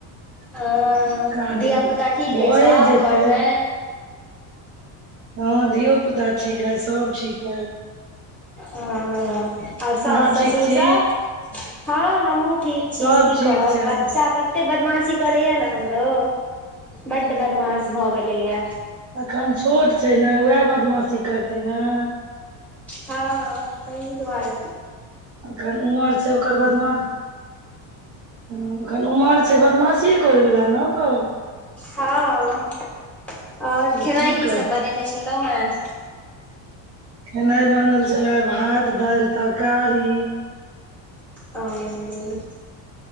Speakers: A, in the centre; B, on the right.
A: अ
B: काज
A: धीया पुता ठीक
B: भए
A: अइ सब
B: जेतै
A: घर मे,
B: हँ धीयो पुता ठीक अइ सब ठीक अइ।
A: और साउस
B: अहाँ
A: ससुर
B: ठीक छी
A: सब हँ हमहुॅं ठीक छी
B: सब
A: की
B: ठीक
A: करब
B: छै
A: बच्चा तते बदमाशी करैये ने हमरो, बड्ड बदमाश भऽ गेलैएा
B: एखन छोट छै ने, उएह बदमाशी करतै ने।
A: हँ तही दुवारे।
B: एखन उमर छै ओकर बदमासी, एखन उमर छै बदमासिये करैबला ने ओकर।
A: हँ ओर
B: तऽ
A: खेनाइ की
B: करतै
A: सब बनेने छलहु हें।
B: खेनाइ बनल छले हें भात दालि तरकारी,
A: और